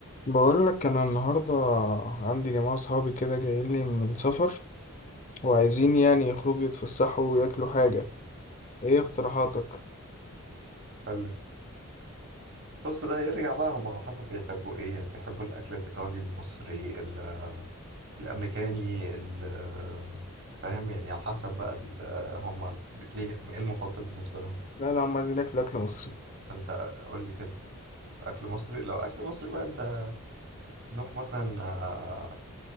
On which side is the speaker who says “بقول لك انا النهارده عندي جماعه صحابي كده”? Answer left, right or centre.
Left